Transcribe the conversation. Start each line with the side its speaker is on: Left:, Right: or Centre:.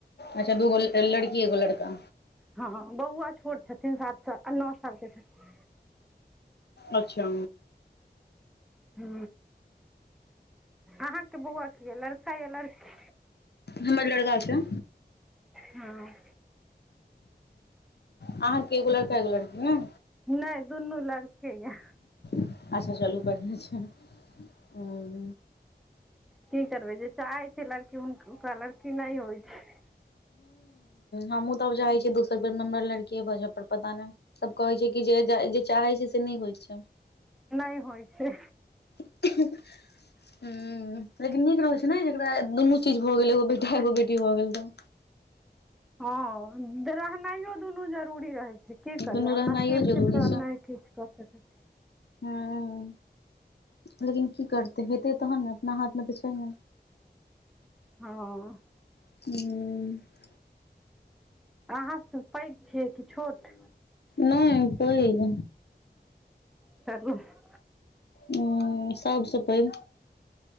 Left: अच्छा दूगो लड़की एगो लड़का
Centre: हँ बौआ छोट छथिन सात साल आ नओ सालके छथिन
Left: अच्छा
Centre: हू अहाँके बौआ कि यऽ लड़का या लड़की
Left: हमर लड़का छै
Centre: हँ
Left: अहाँके एगो लड़का एगो लड़की ने
Centre: नहि दुनू लड़के यऽ
Left: अच्छा चलु बढ़िया छैय हीं हूॅं
Centre: कि करबै जे चाहै छैय लड़की, हुन ओकरा लड़की नैय होय छैय
Left: हमहूॅं तब चाहै छी दोसर बेर नम्बर लड़कीे भऽ जाय पर पता नैय सब कहै छैय कि जे जाय् जे चाहै छैय से नैय होय छैय
Centre: नैय होय छैय
Left: <unintelligible> हूॅं - लेकिन नीक लगैय छैय नैय जेकरा दुनु चीज भ गेलै एगो बेटा एगो बेटी भऽ गेल तऽ
Centre: हँ, रहनायओ दुनु जरूरी रहै कि करबै
Left: दुनू
Centre: आब
Left: रहनाइयो
Centre: नसीब
Left: जरूरी
Centre: छैय तऽ नैय किछ क सकैय छैय
Left: हूॅं ऊॅं, लेकिन कि करतै? हेतै तहन ने, अपना हाथ मे त छैय नैय
Centre: हँ
Left: हूॅं
Centre: अहाँ पैघ छियै कि छोट
Left: नैय पेग
Centre: <unintelligible>
Left: हूँ सब सऽ पैघ